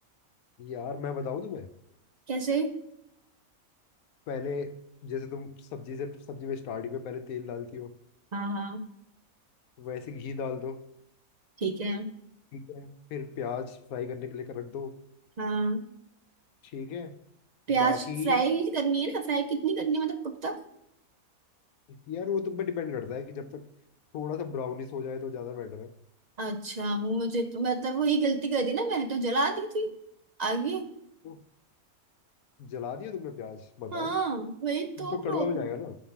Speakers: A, on the left; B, on the right.
A: यार मैं बताऊं तुम्हें
B: कैसे
A: पहले जैसे तुम सब्जी से सब्जी में स्टार्टिंग में पहले तेल डालती हो
B: हाँ हाँ
A: वैसे घी डाल दो
B: ठीक है
A: ठीक है फिर प्याज फ्राई करने के लिए कर रख दो
B: हाँ
A: ठीक है
B: प्याज
A: बाकी
B: फ्राई करनी है ना फ्राई कितनी करनी है मतलब कब
A: यार वो तुम पे डिपेंड करता है कि जब तक थोड़ा सा ब्राउनिश हो जाए तो ज्यादा बेटर है
B: अच्छा मुझे तो मतलब वही गलती कर दी ना मैंने तो जला दी थी आगे
A: तो जला दिया तुमने प्याज बताओ
B: हाँ वही
A: फिर
B: तो
A: तो
B: प्रॉब्लम
A: कड़वा हो जाएगा ना